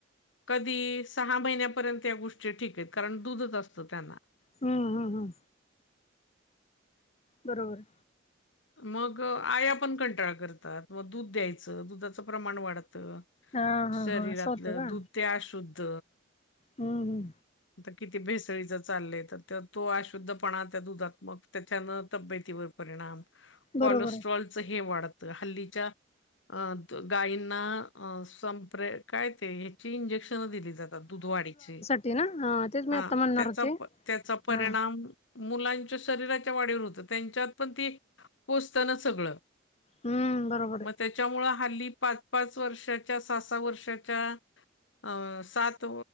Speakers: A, on the left; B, on the left.
A: कधी सहा महिन्यापर्यंत त्या गोष्टी ठीक कारण दूधच असत त्यांना
B: हा हा हा. बरोबर.
A: मग आया पण कंटाळ करतात मग दूध द्यायचं दुधाचं प्रमाण वाढतं
B: हा हा
A: शरीरातलं
B: हा असं होतं का
A: दुध ते अशुद्ध
B: हम्म हम्म.
A: किती भेसळीच चाललंय तर तो अशुद्धपणा त्या दुधात त्याच्यान तब्येतीवर परिणाम कोलेस्ट्रॉलच
B: बरोबर आहे.
A: हे वाढतं हल्लीच्या अ गायींना संपरे काय ते ह्याची इंजेक्शन दिली दुध वाढीची
B: ते ना हा. तेच
A: हा
B: मी आत्ता म्हणणार
A: त्याचा
B: होते.
A: त्याचा परिणाम
B: हा
A: मुलांच्या शरीराच्या वाढीवर होतं त्यांच्यात पण ती पोचतं ना सगळं.
B: हम्म बरोबर आहे
A: मग त्याच्यामुळ हल्ली पाच पाच वर्षाच्या सहा सहा वर्षाच्या अ सात